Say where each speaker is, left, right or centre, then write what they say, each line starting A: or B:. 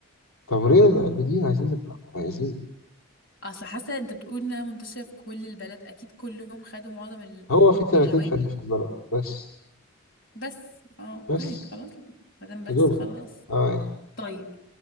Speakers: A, on the left; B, on the left.
A: طب وليه نبقى قلبيين عايزين نبقى مميزين
B: اصل حاسه انت بتقول انها منتشره في كل البلد اكيد كلهم خدوا معظم ال...
A: هو في 30
B: الالوان
A: فريق
B: يعني.
A: في البلد بس
B: بس اه اوكي
A: بس
B: خلاص ما دام بس
A: يا دوبك
B: خلاص
A: اه يعني
B: طيب